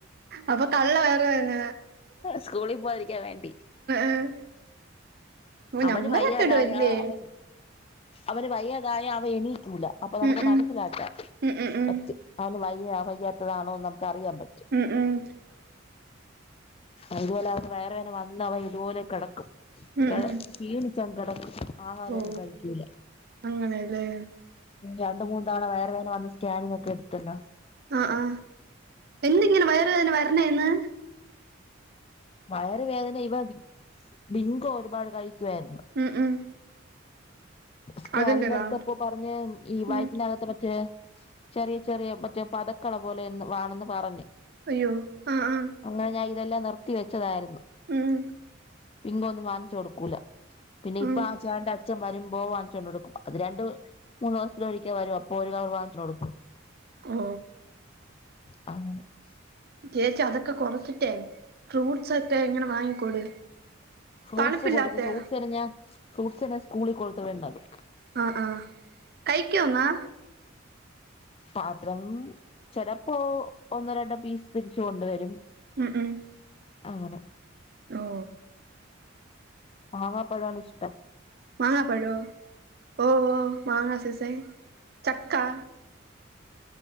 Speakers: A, on the right; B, on the left.
A: അപ്പൊ കള്ള വയറുവേദന
B: ആണ് സ്കൂളി പോവാതിരിക്കാൻ വേണ്ടി
A: ആഹ് ഓ
B: അവന്
A: നമ്പറൊക്കെ
B: വയ്യാതായ
A: ഇടുവല്ലേ
B: അവൻ അവന് വയ്യാതായ അവ എണി ക്കൂല അപ്പൊ നമുക്ക്
A: ഉം ഉം
B: മനസ്സിലാക്കാൻ
A: ഉം ഉം ഉം
B: പറ്റും അവന് വയ്യ വയ്യാത്തതാണോ ന മുക്കറിയാൻ പറ്റും
A: ഉം ഉം
B: അത്പോലെ അവ വേറെ വിനെ വന്ന അവ ഇതുപോലെ കിടക്കും
A: ഉം
B: കെട
A: ഉം
B: ക്ഷീണിച്ചൻ കിടക്കും ആഹാരഒന്നും
A: ഓ
B: കഴിക്ക്യൂല
A: അങ്ങനെയല്ലേ
B: രണ്ടു മൂന്ന് തവണ വേറെ പിന്നെ വന്ന് സ്കാനിങ്ങ ഒക്കെ എടുത്തല്ലോ
A: ആഹ് ആഹ് എന്തിങ്ങനെ വയറുവേന വരണെന്നെ
B: വയറ് വേദന ഇവ അ ഡിങ്കോ ഒരുപാട് കഴിക്കുവായിരുന്നു
A: ഉം ഉം
B: സ്കാനിങ്ങെടുത്തപ്പോ
A: അതിന്റെതാ
B: പറഞ്ഞ ഈ വായറ്റിനകത്തെ
A: ഉം
B: മറ്റേ ചെറിയ ചെറിയ പറ്റേ പതക്കള പോലെ എന്ന് വാണെന്ന് പറഞ്ഞു
A: അയ്യോ ആഹ് ആഹ്
B: അങ്ങനെ ഞാഇതെല്ലാം നിർത്തി വെച്ചതായിരുന്നു
A: ഉം
B: പിങ്കൊന്നും വാങ്ങിച്ചു കൊടുക്കൂല പിന്നെ ഇപ്പ
A: ഉം
B: ആ ചേട്ടന്റെ അച്ഛൻവരും ഓ വാങ്ങിച്ചുകൊണ്ടു കൊടുക്കും അത് രണ്ട് മൂന്ന് ദിവസത്തിലൊരിക്ക വരും അപ്പോ ഒരു കവർ വാങ്ങിച്ച കൊടുക്കും
A: ഓ
B: <unintelligible>
A: ചേച്ചി അതൊക്കെ കൊറച്ചിട്ടേ ഫ്രൂട്ട്സ് ഒക്കെ ഇങ്ങനെ വാങ്ങിക്കൊട്
B: ഫ്രൂട്ട്സ്
A: തണുപ്പില്ലാത്തെ
B: കൊടുക്കും ഫ്രൂട്ടസ് പിന്നെ ഞാൻ ഫ്രൂട്സിന് കൂളി കൊടുത്ത് വേണ്ടത്
A: ആഹ് ആഹ് കഴിക്കോന്നാ
B: പാത്രം ചെലപ്പോ ഒന്നോ രണ്ടോ പീസ് തിരിച്ച് കൊണ്ടുവരും
A: <unintelligible>
B: അങ്ങനെ
A: ട്രോ
B: മാങ്ങാപ്പഴാണിഷ്ടം
A: മങ്ങാപ്പഴോ ഓ ഓ മാങ്ങാസീസൻ ചക്കാ